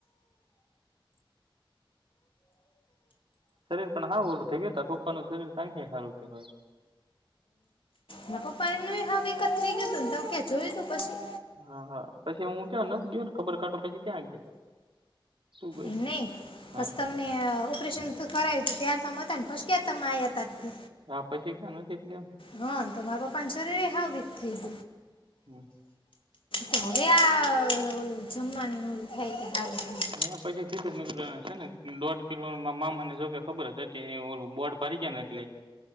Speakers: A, on the right; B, on the left.
A: શરીર પણ હા ઓલું થઈ ગયો તા પાપા નું શરીર કંઈક સારું કે કહેવાય.
B: ના પપ્પાએ હ વિકત થઈ ગયોું ને ત ક્યા જોયું તું પછી
A: હા હા પછી હું ક્યાં નથી ગયો ને ખબર કાંટો પછી ક્યાં ગયા. તું ગઈ
B: એમ
A: તી
B: નહી પસ
A: હા.
B: તમને ઓપરેશન તો કરાયું હતું ત્યાર તમ હતા ને પછ ક્યાં તમે આવ્યા હતા તે.
A: હ પછી કે શટ ગ
B: હા તો મા પાપ પાંચ છો ર હ બીત થઈ જ
A: હમ્મ.
B: તો હવે આ ઓલું જમવાનું ઓલું થાય કે સારું થયું.
A: તં પૈસા કીધું મિત્રો છે ને દોઢ કિલો મામાને જો કે ખબર જ હતી બોર્ડ ફરી ગયા ને એટલે